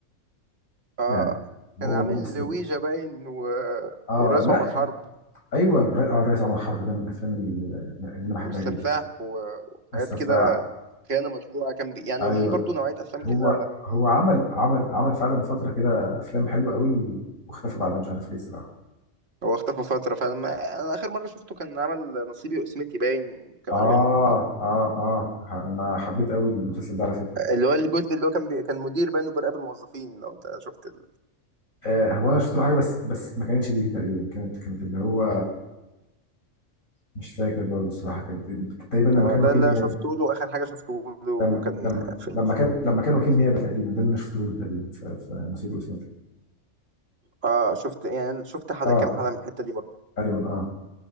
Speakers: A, on the right (about 50°); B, on the left (about 80°).
A: آه،
B: يعني
A: كان
B: هو
A: عامل
B: ممثل
A: ويجا باين و...
B: اه
A: والرئيس
B: لا
A: عمر حرب
B: يعني ايوه ر- اه رئيس عمر حرب ده من الافلام اللي اللي انا بحبها
A: والسفاح
B: جدا
A: و... وحاجات
B: بس ف
A: كده خيانة مشروعة كان بي... يعني
B: ايوه
A: ليه برضو نوعية أفلام كده
B: هو هو عمل عمل عمل فعلا فترة كده أفلام حلوة قوي و- واختفى بعدها مش عارف ليه الصراحة
A: هو اختفى فترة فلما أنا آخر مرة شفته كان عمل نصيبي وقسمتي باين كان
B: آه
A: عامل
B: آه آه ه- أنا حبيت قوي المسلسل ده على فكرة
A: اللي هو الجزء اللي هو كان بي... كان مدير باين وبيراقب الموظفين لو أنت شفت ال...
B: آه هو أنا شفت له حاجة بس بس ما كانتش دي تقريبا كانت كانت اللي هو مش فاكر برضه الصراحة كانت تقريبا لما
A: يعني هو
B: كان
A: ده
B: وكيل
A: اللي
B: نيابة
A: أنا شفته له آخر حاجة شفته له
B: لما
A: كان
B: لما
A: فيلم
B: لما كان لما كان وكيل نيابة تقريبا ده اللي أنا شفته له تقريبا في في نصيب وإسماعيل
A: آه شفت يعني شفت حلقة
B: آه
A: كام حلقة من الحتة دي برضو
B: تقريبا آه